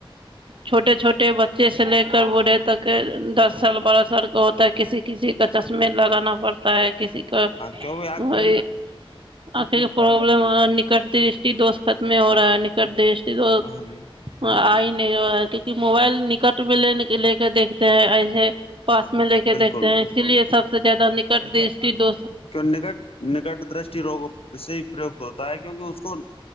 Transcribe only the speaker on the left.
کہ ہو
ہاں جی
بالکل
کیوں نکٹ نکٹ درشٹی روگوں اس سے ت ہوتا ہے کیکہ اس کو